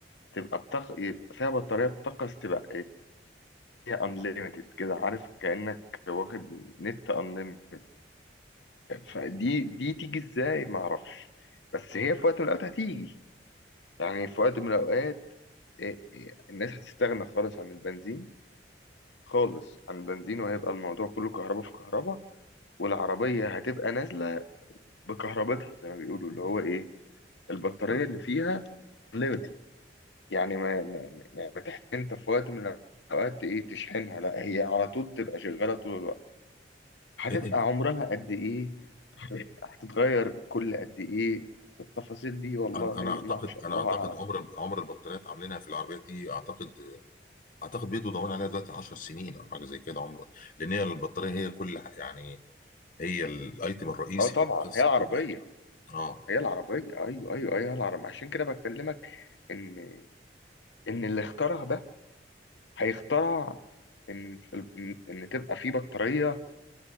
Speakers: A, on the left; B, on the left.
A: تبقى بطاقة يبقى فيها بطارية بطاقة استباق هي unlimited كده عارف كأنك واخد نت unlimited فدي دي تيجي ازاي ما اعرفش بس هي في وقت من الاوقات هتيجي يعني في وقت من الاوقات إيه إيه الناس هتستغنى خالص عن البنزين خالص عن البنزين وهيبقى الموضوع كله كهرباء في كهرباء والعربية هتبقى نازلة بكهربتها زي ما بيقولوا اللي هو ايه البطارية اللي فيها unlimited يعني ما ما- يعني ما يعني تحت انت في وقت من الاوقات ايه تشحنها لا هي على طول تبقى شغالة طول الوقت هتبقى
B: انت
A: عمرها قد ايه هتتغير كل قد ايه التفاصيل دي والله
B: انا أنا اعتقد
A: ما شاء
B: انا
A: الله
B: اعتقد
A: اعلم
B: عمر عمر البطاريات عاملينها في العربيات دي اعتقد اعتقد بيدوا ضمان عليها دلوقتي 10 سنين او حاجه زي كده عمر لان هي البطاريه هي كل ح- يعني هي الايتم الرئيسي
A: اه طبعا
B: في القصه
A: هي العربيه
B: كلها اه
A: هي العربيه ايوه ايوه ايوه هي العربيه عشان كده بكلمك ان ان اللي اخترع ده هيخترع ان ان إن تبقى في بطاريه